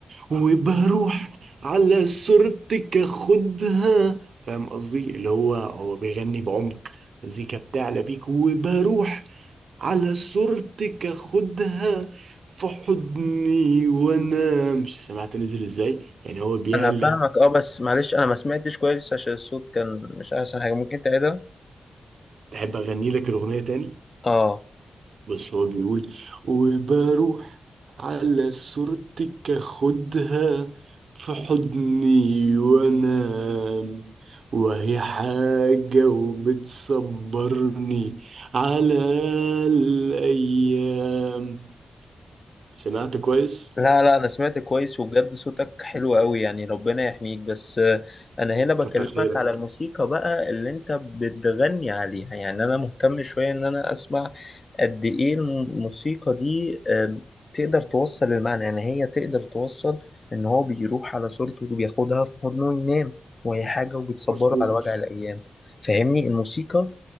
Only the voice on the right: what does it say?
وبروح على صورتك اخدها فاهم قصدي اللي هو هو بيغني بعمق مزيكا بتعلى بيك وبروح على صورتك اخدها في حضني وانام مش سمعت نزل ازاي يعني هو بيعلى
تحب اغني لك الاغنيه تاني
بس هو بيقول وبروح على صورتك اخدها في حضني وانام وهي حاجة وبتصبرني على الأيام سمعت كويس؟
كتر خيرك
مظبوط